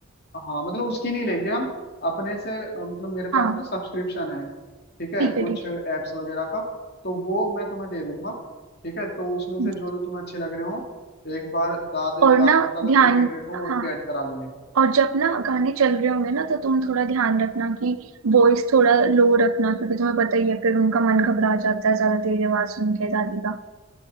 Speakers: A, on the left (about 50°); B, on the right (about 80°).
A: हाँ मतलब उसकी नहीं लेंगे हम अपने से अ, मतलब मेरे
B: हाँ
A: पास ना सब्सक्रिप्शन है ठीक है
B: ठीक
A: कुछ
B: है ठीक
A: एप्स वगैरह का तो वो मैं तुम्हें दे दूंगा ठीक है तो उसमें
B: है
A: से जो जो तुम्हें अच्छे लग रहे हो एक बार दादी
B: और
A: दादी
B: ना
A: का अगर
B: ध्यान
A: कोई फेवरेट हो वो
B: हाँ
A: भी ऐड करा लेंगे
B: और जब ना गाने चल रहे होंगे ना तो तुम थोड़ा ध्यान रखना कि वॉइस थोड़ा लो रखना क्योंकि तुम्हें पता ही है फिर उनका मन घबरा जाता है ज्यादा तेज आवाज सुन के दादी का